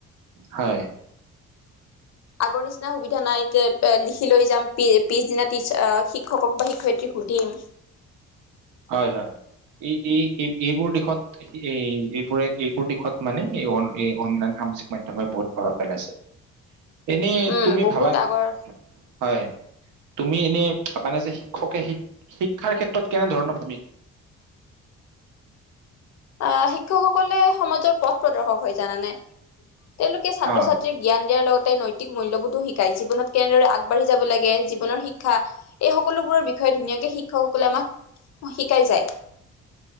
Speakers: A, on the right (about 80°); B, on the left (about 60°).
A: হয়
B: আগৰ নিচিনা সুবিধা নাই এতিয়া লিখি লৈ যাম প পিছদিনা িচ শিক্ষকক বা শিক্ষয়িত্ৰী সুধিম
A: হয় হয় এই এই এই এইবোৰ দিশত এ এইবোৰে এইবোৰ দিশত মানে এই এই অনলাইন সামাজিক মাধ্্যমে বহুত প্ৰভাৱ পেলাইছে এনে
B: উম
A: তুমি
B: বহুত
A: ভাবা
B: আগৰ
A: হয় তুমি এনে ভাবানে যে খকে শিক শিক ক্ষেত্ৰত কেনেধৰণৰ
B: আহ স শিক্ষকসকলে সমাজৰ পথ প্ৰদৰ্শক হৈ জানানে তেওঁলোকে ছাত্ৰ
A: অ
B: ছাত্ৰ্ৰীক জ্ঞান দিয়াৰ লগতে নৈতিক মূল্যবোধো শিক্ষা শাই জীৱনত কেনেদৰে আগবাঢ় যাব লাগে জীৱনৰ শিকা শ এই সকলোবোৰৰ বিষয়ে ধুনীয়াকে শিকক কলামা শিকাই যায়